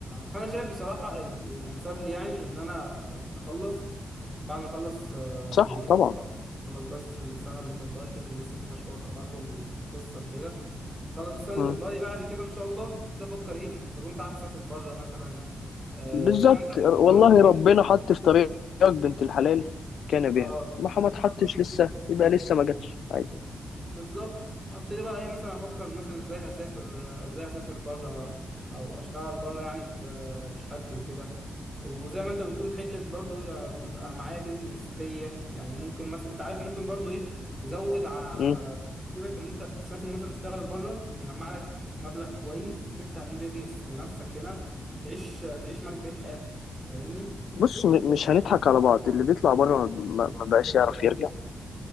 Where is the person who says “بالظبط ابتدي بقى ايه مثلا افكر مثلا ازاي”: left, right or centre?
Right